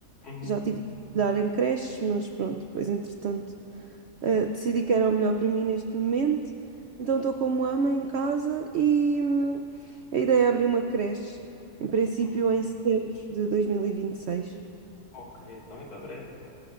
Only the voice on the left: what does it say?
uhum.
Ok,
ok, então é para breve.